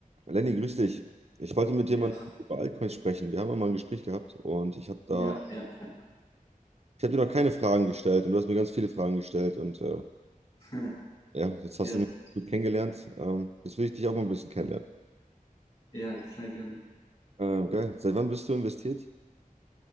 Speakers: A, on the right; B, on the left.
A: Lenny, grüß dich. Ich wollte mit
B: Ja,
A: dir mal
B: ha-
A: über Altcoins sprechen. Wir haben ja mal ein Gespräch gehabt und ich habe da,
B: ja, ja, ja.
A: ich habe dir noch keine Fragen gestellt und du hast mir ganz viele Fragen gestellt und äh,
B: <laughs>
A: ja, jetzt hast
B: Ja,
A: du mich gut kennengelernt. Ähm, jetzt will ich dich auch mal ein bisschen kennenlernen.
B: ja, klar, gerne.
A: Ähm, geil. Seit wann bist du investiert